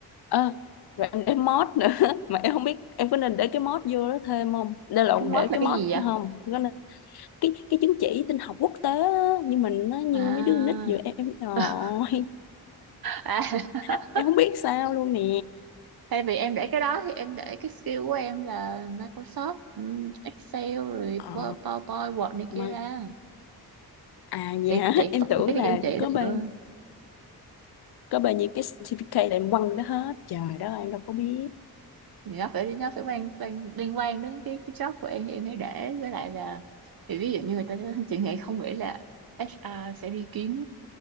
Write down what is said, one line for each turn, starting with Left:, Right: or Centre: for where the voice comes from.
Left: ơ rồi em để mod nữa <laughs> mà em không biết em có nên để cái mod vô đó thêm không đây là
Right: cái mod
Left: để
Right: là
Left: cái
Right: cái
Left: mod
Right: gì vậy
Left: không có nên cái cái chứng chỉ tin học quốc tế á, nhưng mình nó như
Right: à
Left: mấy đứa nít vừa em em rồi
Right: <laughs> à <laughs>
Left: <laughs> em không biết sao luôn nè
Right: thay vì em để cái đó thì em để cái skill của em là Microsoft ừ, Excel rồi
Left: ờ
Right: Pow- PowerPoint Word này
Left: mà
Right: kia ra
Left: à
Right: chị
Left: dạ <laughs>
Right: chị
Left: em
Right: còn
Left: tưởng
Right: không biết cái
Left: là
Right: dân chị
Left: có
Right: đó
Left: bao
Right: nữa
Left: có bao nhiêu cái certificate là em quăng đó hết trời đó em đâu có biết
Right: thì nó phải nó phải quan, quan liên quan đến cái cái job của em thì em hãy để với lại là thì ví dụ như người ta <laughs> chị nghĩ không nghĩ là HR sẽ đi kiếm